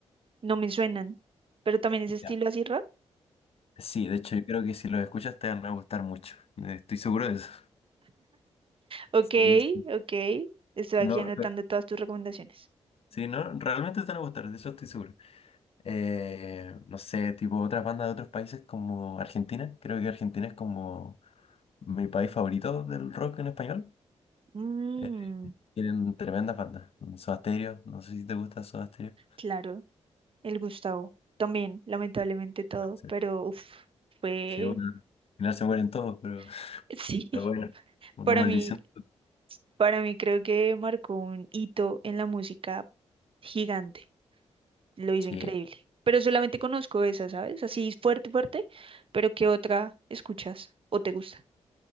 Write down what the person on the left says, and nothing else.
Ya.
Sí, de hecho, yo creo que si los escuchas te van a gustar mucho. Eh, Estoy seguro de eso.
Sí, sí.
No,
pero-
sí, no, realmente te van a gustar, de eso estoy seguro. Eh, no sé, tipo otras bandas de otros países como Argentina. Creo que Argentina es como mi país favorito del rock en español.
Eh, tienen tremendas bandas. Soda Stereo, no sé si te gusta Soda Stereo.
Sí,
sí, bueno, al final se mueren todos, pero,
pero bueno, una
maldición.
Sí,